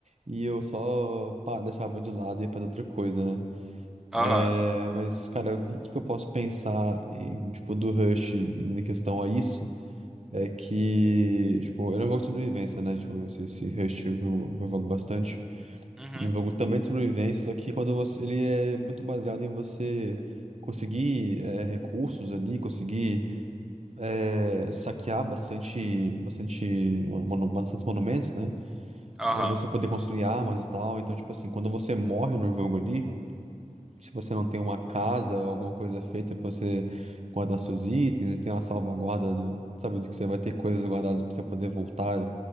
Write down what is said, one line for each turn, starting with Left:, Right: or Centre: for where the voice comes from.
Right: e eu só, pá, deixava de lado e ia fazer outra coisa, né?
Centre: aham,
Right: É, mas, cara, o que, que eu posso pensar, em, tipo, do Rush em questão a isso? É que, tipo, ele é um jogo de sobrevivência, né? Tipo, esse, esse Rush eu eu jogo bastante.
Centre: uhum,
Right: Um jogo também de sobrevivência, só que quando você, ele é muito baseado em você conseguir eh, recursos ali, conseguir eh, saquear bastante, bastante, monu- bastantes monumentos, né?
Centre: aham,
Right: Eh, Você poder construir armas e tal. Então, tipo assim, quando você morre no jogo ali, se você não tem uma casa ou alguma coisa feita pra você guardar seus itens, e tem uma salvaguarda, do, sabe, de que você vai ter coisas guardadas pra você poder voltar